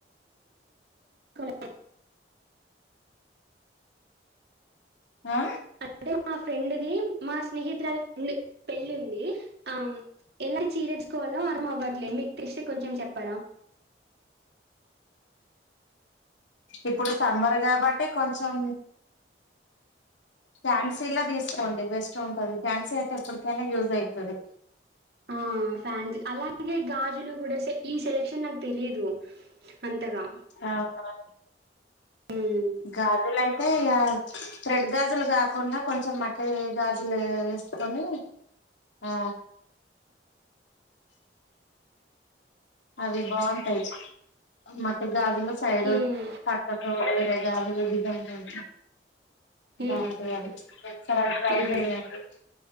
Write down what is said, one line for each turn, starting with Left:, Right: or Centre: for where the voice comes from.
Right: <unintelligible>
Left: ఆ
Right: అంటే మా ఫ్రెండ్ది మా స్నేహితురాల ఫ్రెండ్ పెళ్లిి ఉంది ఆ ఎలాంటి చీర ఎంచుకోవాలో అర్థం అవ్వట్లేదు మీకు తెలిస్తే కొంచెం చెప్పరా
Left: ఇప్పుడు సమ్మర్ కాబట్టి కొంచెం ఫ్యాన్సి లో తీసుకోండి బెస్ట్ ఉంటది ఫ్యాన్సీ అయితే ఎప్పటికైనా యూజ్ అయితది
Right: ఆ ఫ్యాన్స్ అలాగే గాజులు కూడా ఈ సెలక్షన్ నాకు తెలీదు అంతగా
Left: అవునా
Right: ఉమ్
Left: గాజులు అ యితే త్రెడ్ గాజులు కాకుండా కొంచెం మెటల్ గాజులు వేసుకొని ఆ అవి బావుంటాయి మట్టి గాజలు సైడ్ వి
Right: ఉమ్
Left: పక్క కు వేరె గాజులు డిజైన్ ఉం
Right: ఉమ్
Left: బావుంటాయి అవి ఒకసారి అవి ట్రై
Right: ఉమ్
Left: చేయండి